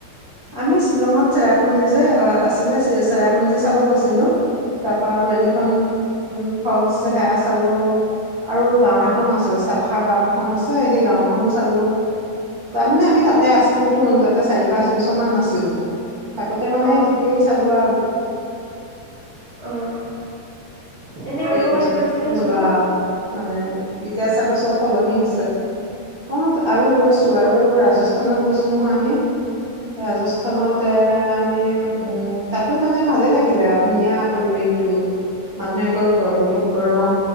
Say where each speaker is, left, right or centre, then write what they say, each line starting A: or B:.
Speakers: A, on the right (about 75°); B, on the right (about 50°).
A: আমি শ্বিলঙত চেৰাপুঞ্জী যে আছিলে চেৰাপুঞ্জী চাব গৈছিলোঁ তাপা আৰু এলিফেন
B: অ
A: উম ফলচ সেৱা চালোঁ আৰু গাঁও এখন আছে চাফা গাঁও এখন আছে সেই গাওঁখনো চালোঁ
B: অ
A: তাৰমানে আমি তাতে আছিলো তোন তাতে চাৰি পাঁচ বছৰ মান আছিলোঁ থাকোঁতে মানে
B: অ
A: তেতিয়াই চালোঁ আৰু গোট
B: অ এনে আৰু ক'ৰবাত
A: বস্তু
B: গৈছে নে ফুৰিব
A: জ্বলা মানে এতিয়া চাগে চব সলনি হৈছে অ আৰু গৈছো আৰু
B: অ
A: ৰাজস্থানত গৈছো নহয় আমি ৰাজস্থানত
B: অ
A: এ
B: অ
A: আমি উম তাতো মানে ভালে লাগিলে আৰু ধুনীয়া পৰিৱেশটো মানুহে বহুত গৰম